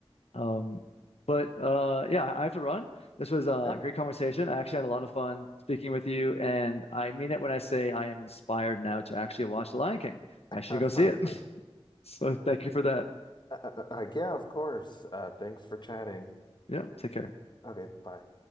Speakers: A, on the left; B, on the left.
A: Um, but uh, yeah, I have to run. This was a
B: Yeah.
A: great conversation. I actually had a lot of fun speaking with you, and I mean it when I say I am inspired now to actually watch The Lion King.
B: <laughs>
A: I should go see it. <laughs> So thank you for that.
B: Uh, uh, uh, yeah, of course. Uh, thanks for chatting.
A: Yeah, take care.
B: Okay, bye.